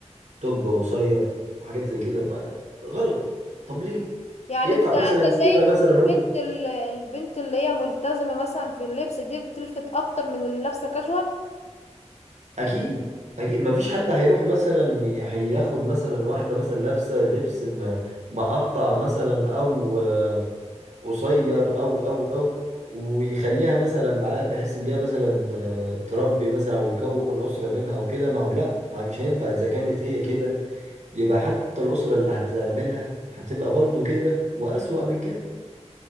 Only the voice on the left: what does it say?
يعني
انت
انت
شايف
ان
البنت
ال... البنت اللي هي ملتزمه مثلا في اللبس دي بتلفت اكتر من اللي لابسه كاجوال